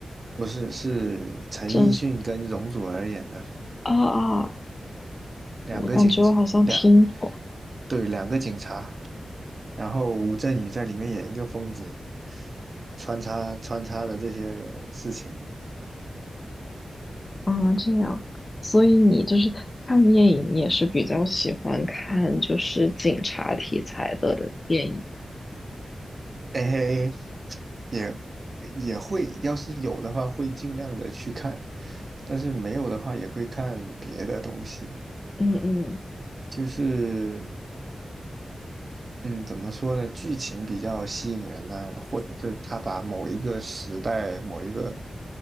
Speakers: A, on the right; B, on the left.
A: 不是，是陈奕迅跟容祖儿演的。
B: 真是啊啊，
A: 两个警察，
B: 我感觉我好像听过
A: 两，对，两个警察，然后吴镇宇在里面演一个疯子，穿插穿插了这些事情，
B: 啊，这样，所以你就是看电影，你也是比较喜欢看就是警察题材的电影吗
A: 哎嘿嘿，也也会，要是有的话会尽量的去看，但是没有的话也会看别的东西，
B: 嗯嗯
A: 就是嗯，怎么说呢，剧情比较吸引人啊，或者是他把某一个时代某一个